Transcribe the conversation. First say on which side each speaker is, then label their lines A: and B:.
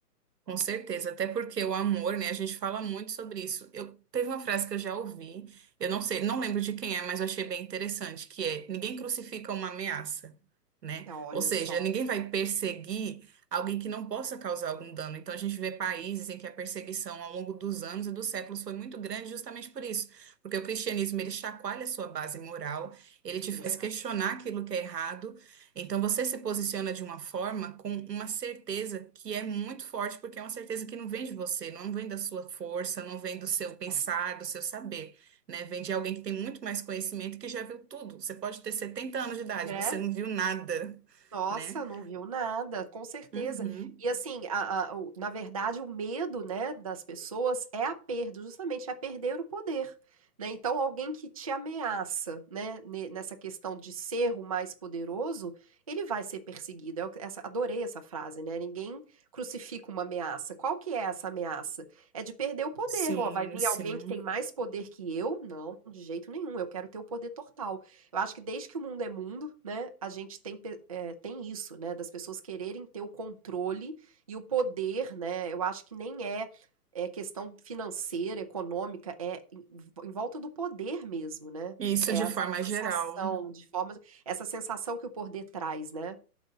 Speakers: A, on the right; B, on the right.
A: com certeza. Até porque o amor, né? A gente fala muito sobre isso. Eu teve uma frase que eu já ouvi, eu não sei, não lembro de quem é, mas eu achei bem interessante, que é ninguém crucifica uma ameaça, né?
B: Ah, Olha
A: Ou seja,
B: só,
A: ninguém vai perseguir alguém que não possa causar algum dano. Então a gente vê países em que a perseguição ao longo dos anos e dos séculos foi muito grande justamente por isso, porque o cristianismo ele chacoalha a sua base moral, ele te
B: exato,
A: faz questionar aquilo que é errado. Então você se posiciona de uma forma com uma certeza que é muito forte, porque é uma certeza que não vem de você, não vem da sua força, não vem do seu
B: exato.
A: pensar, do seu saber, né? Vem de alguém que tem muito mais conhecimento e que já viu tudo. Você pode ter 70 anos de idade,
B: Né?
A: você não viu nada,
B: Nossa,
A: né?
B: não viu nada, com certeza.
A: Uhum.
B: E assim, a, a- o- na verdade, o medo, né, das pessoas é a perda, justamente, é perder o poder, né? Então, alguém que te ameaça, né, ne- nessa questão de ser o mais poderoso, ele vai ser perseguido. Eu, essa, adorei essa frase, né? Ninguém crucifica uma ameaça. Qual que é essa ameaça? É de perder o poder.
A: Sim,
B: Ó, vai vir
A: sim.
B: alguém que tem mais poder que eu? Não, de jeito nenhum. Eu quero ter o poder total. Eu acho que desde que o mundo é mundo, né, a gente tem, é, tem isso, né, das pessoas quererem ter o controle e o poder, né, eu acho que nem é, é questão financeira, econômica, é em, em volta do poder mesmo, né,
A: Isso
B: é
A: de
B: essa
A: forma geral.
B: sensação de forma, essa sensação que o poder traz, né,